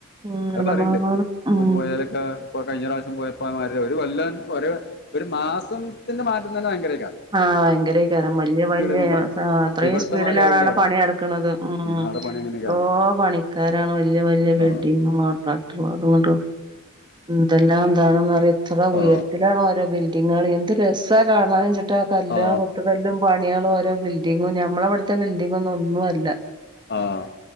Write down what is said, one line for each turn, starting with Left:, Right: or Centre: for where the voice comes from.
Right: ഉം
Left: അത്
Right: കണ്ടമാനം
Left: പറയിണ്ട് ഇപ്പം
Right: ഉം
Left: പോയാലൊക്കെ ഇപ്പ കഴിഞ്ഞറാശ്യം പോയപ്പോ മാര്യയല്ല ഒര് കൊല്ല ഒര് ഒരു മാസത്തിന്റെ മാറ്റം തന്നെ ഭയങ്കരെ
Right: ആഹ് ഭയങ്കരേക്കാരം വല്ല്യാ വല്ല്യാ
Left: ഇപ്പം
Right: ആഹ് സാ അത്രയും
Left: ഇവിടുത്തെ
Right: സ്പീഡിലാണാടെ
Left: മാതിരി ആവില്ല അവിടെ
Right: പണി നടക്ക്ണത് ഉം ഉം
Left: അവിടെ പണി അങ്ങനെയൊക്കെയല്ലോ
Right: ഓഹ് പണിക്കാ രാണ് വല്ല്യ വല്ല്യ
Left: ആ
Right: ബിൽഡിങ്ങും <unintelligible> എന്തല്ലാതാണ്ന്നറിയോ എത്ര ഉയരത്തിലാണ്
Left: ആ
Right: ഓരോ ബിൽഡിങ്ങാള് എന്ത് രസാ കാണാന്ച്ച് ട്ടാ കല്ലാളും
Left: ആ
Right: കൊത്ത്കല്ലും പണിയാളും ഓരോ ബിൽഡിങ്ങും ഞമ്മളവട്ത്തെ ബിൽഡിങ്ങൊന്നും ഒന്നും അല്ല
Left: ആഹ്